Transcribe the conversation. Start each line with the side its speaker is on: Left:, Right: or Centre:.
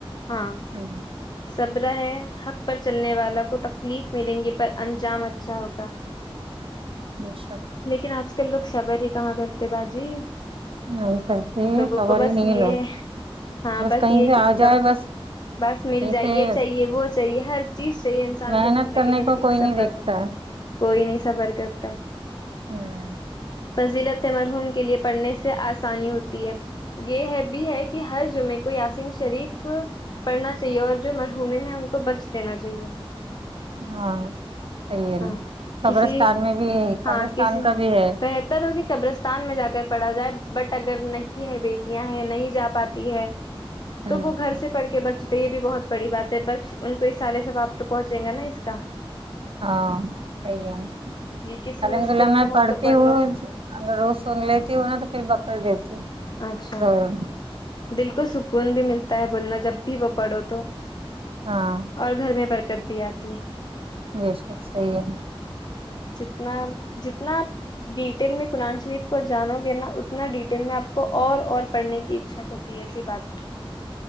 Left: ہاں
Right: بے
Left: صبرہ ہے حق پر چلنے والا کو تکلیف ملیں گی پر انجام اچھا ہوگا
Right: بے شک
Left: لیکن آج کل لوگ صبر ہی کہاں کرتے باجی
Right: نہیں کرتے
Left: لوگوں
Right: صبر
Left: کو بس
Right: ہی نہیں
Left: یہ
Right: لوگ
Left: ہے ہاں بس
Right: کہیں
Left: یہ
Right: سے
Left: کہ
Right: آ جائے
Left: کب
Right: بس
Left: بس
Right: کہیں
Left: مل جائیے
Right: سے بس
Left: چاہیے وہ چاہیے ہر چیز چاہیے انسان
Right: محنت
Left: کو زندگی
Right: کرنے
Left: میں لیکن
Right: کو کوئی
Left: صبر
Right: نہیں دیکھتا ہے
Left: کوئی نہیں سفر کرتا
Right: ہوں
Left: فضیلت مرحوم کے لیے پڑھنے سے آسانی ہوتی ہے یہ ہے بھی ہے کہ ہر جمعے کو یاسین شریف پڑھنا چاہیے اور جو مرحومن ہیں ان کو بخش دینا چاہیے
Right: ہاں صحیح ہے
Left: ہاں
Right: نا قبرستان
Left: کسی
Right: میں بھی قبرستان
Left: ہاں کسی
Right: کا بھی ہے
Left: بہتر ہو کہ قبرستان میں جا کر پڑھا جائے بٹ اگر نہیں ہے بیٹیاں ہیں نہیں جا پاتی ہے
Right: ہ
Left: تو وہ گھر سے پڑھ کے بخشتے یہ بھی بہت بڑی بات ہے بخش ان کو اس سالے ثواب تو پہنچیں گا نا اس کا
Right: ہاں صحیح ہے
Left: جی کسی
Right: الحمدللہ
Left: مشکل
Right: میں
Left: ہو
Right: پڑھتی
Left: تو پڑھ
Right: ہوں
Left: لو
Right: اگر روز سن لیتی ہو نا تو پھر بخش دیتی
Left: اچھا
Right: ہوں
Left: دل کو سکون بھی ملتا ہے بولنا جب بھی وہ پڑھو تو
Right: ہاں
Left: اور گھر میں برکت بھی آتی ہے
Right: بے شک صحیح ہے
Left: جتنا جتنا ڈیٹیل میں قرآن شریف کو جانو گے نا اتنا ڈیٹیل میں آپ کو اور اور پڑھنے کی اچھا ہوتی ہے ایسی بات ہے